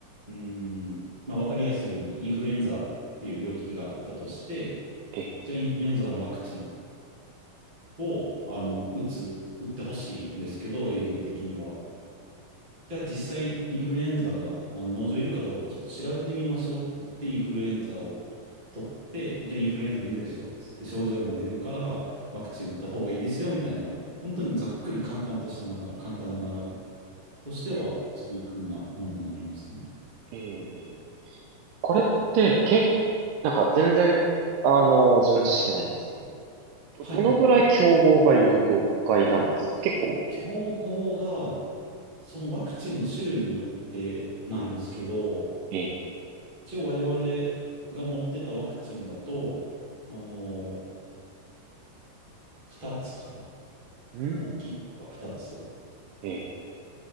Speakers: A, on the right; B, on the right.
A: うーん、まあ、わかりやすいように、インフルエンザっていう病気があったとして、
B: ええ、
A: じゃあ、インフルエンザのワクチンを、あの、打つ、打ってほしいんですけど、営業的には。じゃあ実際インフルエンザがあの農場いるかどうかちょっと調べてみましょうって言ってインフルエンザを取って、じゃあインフルエンザいるでしょっつって症状も出るからワクチン打った方がいいですよみたいな、本当にざっくり簡単とした流れ、
B: うん、
A: 簡単な流れとしてはそういう風なものになりますね。
B: ええええこれってけ、なんか全然、あの、自分の知識ないんですけれども、ど、
A: はい。
B: どのぐらい競合がいる業界なんですか結構、
A: 標語がそのワクチンの種類によってなんですけど、
B: ええ、
A: 一応我々が持ってたワクチンだと、あの、2つかな。
B: うん。
A: 大きいのが2つ。
B: ええ、